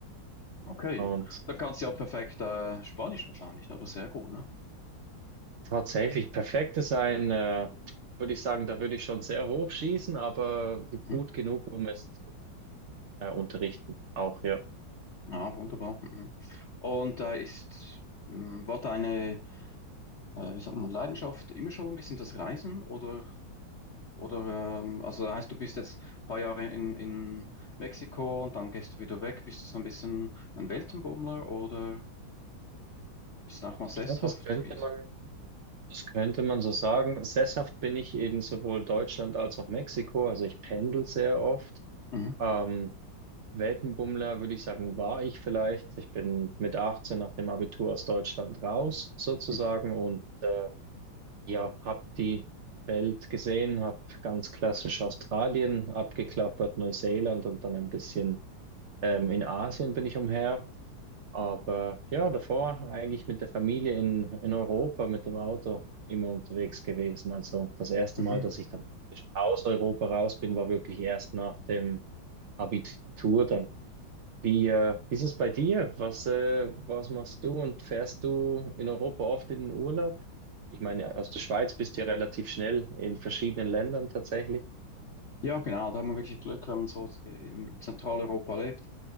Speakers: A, on the left; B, on the right.
A: Okay.
B: Und
A: Dann kannst du ja perfekt äh, Spanisch wahrscheinlich, ne? oder sehr gut, ne?
B: tatsächlich perfektes ein, äh, würde ich sagen, da würde ich schon sehr hoch schießen, aber
A: Mhm.
B: gut genug, um es äh, unterrichten. Auch ja.
A: Ah, wunderbar. Mhm. Und da ist, mh, war deine, äh, wie sagt man, Leidenschaft immer schon ein bisschen das Reisen oder, oder ähm, also das heißt, du bist jetzt ein paar Jahre in, in Mexiko und dann gehst du wieder weg. Bist du so ein bisschen ein Weltenbummler oder ist es auch mal sesshaft?
B: Ich glaube, das könnte
A: Wie ist?
B: man, das könnte man so sagen. Sesshaft bin ich in sowohl Deutschland als auch Mexiko. Also ich pendel sehr oft.
A: Mhm.
B: Ähm, Weltenbummler, würde ich sagen, war ich vielleicht. Ich bin mit 18 nach dem Abitur aus Deutschland raus, sozusagen,
A: Mhm.
B: und äh, ja, habe die Welt gesehen, habe ganz klassisch Australien abgeklappert, Neuseeland und dann ein bisschen ähm, in Asien bin ich umher. Aber ja, davor eigentlich mit der Familie in, in Europa mit dem Auto immer unterwegs gewesen. Also das erste
A: Mhm.
B: Mal, dass ich dann praktisch aus Europa raus bin, war wirklich erst nach dem Abitur dann. Wie, äh, wie ist es bei dir? Was, äh, was machst du und fährst du in Europa oft in den Urlaub? Ich meine, aus der Schweiz bist du ja relativ schnell in verschiedenen Ländern tatsächlich.
A: Ja, genau, da haben wir wirklich Glück, wenn man so äh, in Zentraleuropa lebt,